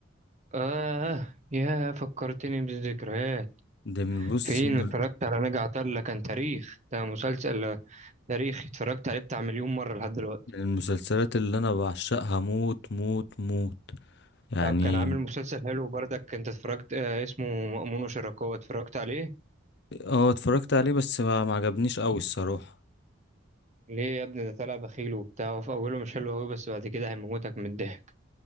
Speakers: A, on the right (about 35°); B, on the left (about 55°).
A: آه يا فكرتني بالذكريات
B: ده من- بص
A: فين
B: من
A: اتفرجت على نجا عطلة كان تاريخ ده مسلسل تاريخ اتفرجت عليه بتاع مليون مرة لحد دلوقتي
B: من المسلسلات اللي انا بعشقها موت موت موت يعني
A: طب كان عامل مسلسل حلو برضك أنت اتفرجت آه اسمه مأمون وشركاه اتفرجت عليه
B: اه اتفرجت عليه بس ما ما عجبنيش قوي الصراحة
A: ليه يا ابني ده طلع بخيل وبتاع في أوله مش حلو أوي بس بعد كده هيموتك من الضحك